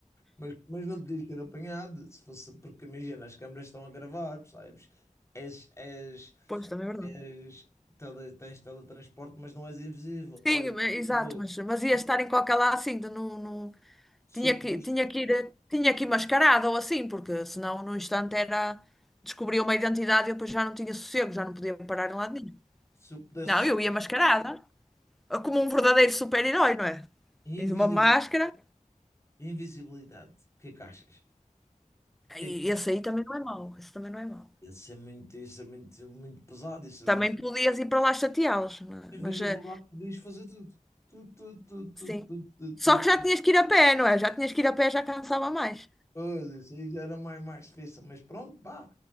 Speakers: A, on the left (about 20°); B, in the centre.
A: mas, mas não podias ter apanhado, se fosse, porque imagina, as câmaras estão a gravar, percebes? És, és,
B: Pois, também é verdade.
A: és, tele, tens teletransporte, mas não és invisível. Olha,
B: Sim, mas- exato,
A: o poder,
B: mas, mas ia
A: o
B: estar em qualquer lado assim, de não, não-
A: super
B: Tinha que, tinha que ir, tinha que ir mascarada ou assim, porque senão num instante era, descobria uma identidade e eu depois já não tinha sossego, já não podia parar em lado nenhum.
A: Se eu pudesse
B: Não,
A: escolher
B: eu ia mascarada, como um verdadeiro super-herói, não é?
A: invisibil-
B: Tens uma máscara,
A: invisibilidade, o que é que achas? O que
B: e
A: é que faria?
B: esse aí também não é mau, esse também não é mau.
A: Isso é muito, isso é muito, muito pesado, isso é
B: Também
A: muito.
B: podias ir para lá chateá-los, não é?
A: Invisibilidade
B: mas eh,
A: podias fazer tudo. Tudo, tudo, tudo, tudo,
B: sim.
A: tudo,
B: Só
A: tudo,
B: que já
A: tudo.
B: tinhas que ir a pé, não é? Já tinhas que ir a pé, já cansava mais.
A: Pois, isso aí já era mais, mais difícil, mas pronto, pá.